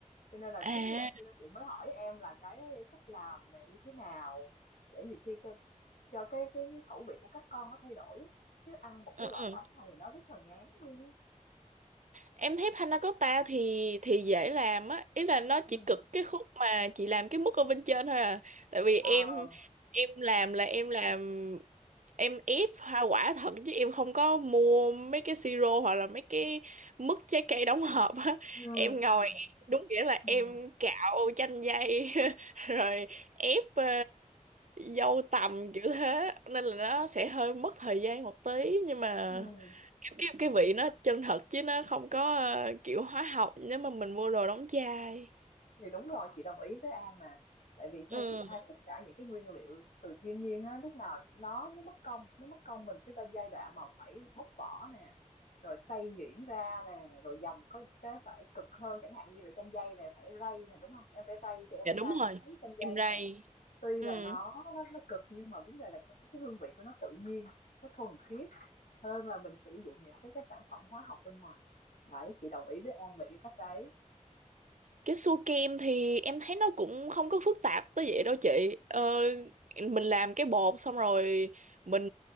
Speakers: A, on the left; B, on the right.
A: Cho nên là
B: À,
A: chính vì vậy cho nên chị mới hỏi em là cái cách làm này như thế nào để nhiều khi cho cho cái cái khẩu vị của các con nó thay đổi á. Chứ ăn một
B: ừ,
A: cái loại
B: ừ.
A: bánh này thì nó rất là ngán luôn á.
B: Em thấy panna cotta thì thì dễ làm á, ý là nó
A: Ừ.
B: chỉ cực cái khúc mà chị làm cái mức ở bên trên thôi à. Tại vì em
A: À.
B: em làm là em làm em ép hoa quả thật chứ em không có mua mấy cái siro hoặc là mấy cái mứt trái cây đóng hộp á.
A: Ừ.
B: Em ngồi
A: Ừ.
B: em- đúng nghĩa là
A: Ừ.
B: em cạo chanh dây <laughs> rồi ép ờ, dâu tằm kiểu thế nên là nó sẽ hơi mất thời gian một tí nhưng mà
A: Ừ.
B: cái cái vị nó chân thật chứ nó không có ờ, kiểu hóa học nếu mà mình mua đồ đóng chai
A: Thì đúng rồi, chị đồng ý với An nè. Tại vì theo
B: ừ
A: chị thấy tất cả những cái nguyên liệu từ thiên nhiên á, lúc nào nó nó mất công, nó mất công mình cái giai đoạn mà phải bóc vỏ nè, rồi xay nhuyễn ra nè, rồi dầm có cái phải cực hơn, chẳng hạn như là chanh dây này phải rây nè, đúng không? Em phải rây thì em
B: dạ
A: mới
B: đúng
A: ra được
B: rồi
A: cái miếng chanh dây
B: em rây
A: nè. Tuy
B: ừ
A: là nó nó nó cực nhưng mà vấn đề là cái, cái hương vị của nó tự nhiên, nó thuần khiết hơn là mình sử dụng những cái cái sản phẩm hóa học bên ngoài. Đấy, chị đồng ý với An về cái cách đấy.
B: Cái xua kem thì em thấy nó cũng không có phức tạp tới vậy đâu chị. Ờ, mình làm cái bột xong rồi mình